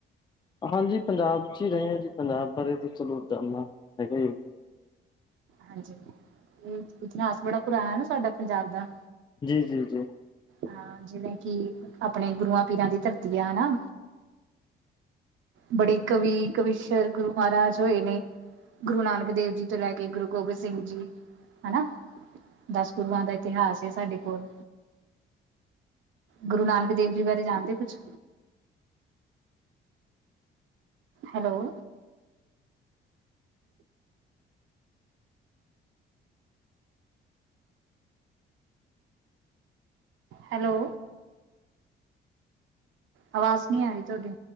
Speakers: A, on the left; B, on the right.
A: ਹਾਂਜੀ ਪੰਜਾਬ 'ਚ ਹੀ ਰਹੇ ਹਾਂ ਜੀ ਪੰਜਾਬ ਬਾਰੇ ਤਾਂ ਚਲੋਨਾ ਹੈਗ।
B: ਹਾਂਜੀ ਇਹ ਇਤਿਹਾਸ ਬੜਾ ਪੁਰਾਣਾ ਨਾ ਸਾਡਾ ਪੰਜਾਬ ਦਾ-
A: ਜੀ- ਜੀ- ਜੀ-
B: ਹਾਂ ਜਿਵੇਂ ਕਿ ਆਪਣੇ ਗੁਰੂਆਂ ਪੀਰਾਂ ਦੀ ਧਰਤੀ ਆ ਹਨਾ। ਬੜੇ ਕਵੀ, ਕਵੀਸ਼ਰ, ਗੁਰੂ ਮਹਾਰਾਜ ਹੋਏ ਨੇ। ਗੁਰੂ ਨਾਨਕ ਦੇਵ ਜੀ ਤੋਂ ਲੈ ਕੇ ਗੁਰੂ ਗੋਬਿੰਦ ਸਿੰਘ ਜੀ ਹਨਾ ਦਸ ਗੁਰੂਆਂ ਦਾ ਇਤਿਹਾਸ ਹੈ ਸਾਡੇ ਕੋਲ। ਗੁਰੂ ਨਾਨਕ ਦੇਵ ਜੀ ਬਾਰੇ ਜਾਣਦੇ ਕੁਛ ਹੈਲੋ ਹੈਲੋ ਆਵਾਜ਼ ਨਹੀਂ ਆ ਰਹੀ ਤੁਹਾਡੀ।